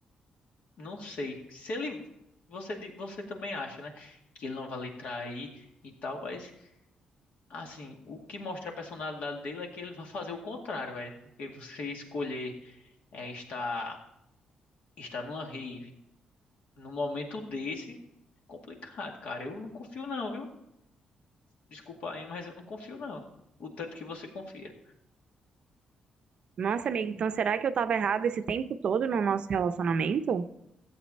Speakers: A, on the left; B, on the right.
A: não sei. Se ele, você, di- você também acha, né, que ele não vai lhe trair e tal, mas. Assim, o que mostra a personalidade dele é que ele vai fazer o contrário, velho. Porque você escolher é, estar, estar numa rave num momento desse, é complicado, cara. Eu não confio não, viu? Desculpa aí, mas eu não confio não. O tanto que você confia.
B: Nossa, amiga, então será que eu tava errada esse tempo todo no nosso relacionamento?